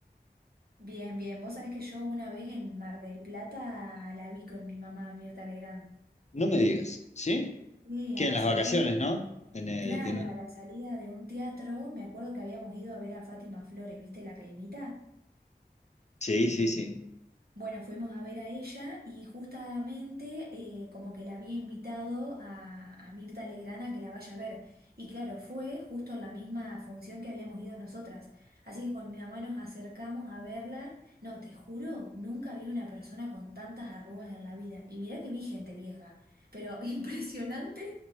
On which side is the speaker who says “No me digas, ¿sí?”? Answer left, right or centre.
Left